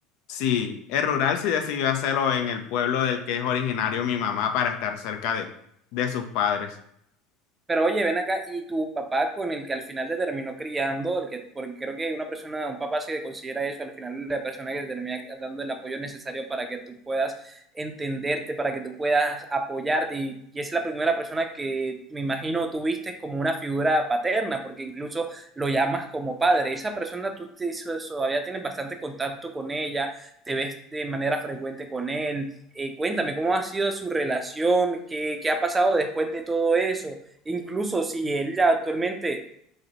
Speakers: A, on the left; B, on the right.
A: sí, el rural sí decidió hacerlo en el pueblo del que es originario mi mamá para estar cerca de, de sus padres.
B: Pero oye, ven acá, y tu papá con el que al final te terminó criando, el que, porque creo que una persona, un papá se considera eso, al final la persona que te termina dando el apoyo necesario para que tú puedas entenderte, para que tú puedas apoyarte, y, y es la primera persona que me imagino tú viste como una figura paterna, porque incluso lo llamas como padre. Esa persona tú te- so- todavía tienes bastante contacto con ella, te ves de manera frecuente con él. Eh, cuéntame, ¿cómo ha sido su relación? ¿Qué, qué ha pasado después de todo eso? incluso si él ya actualmente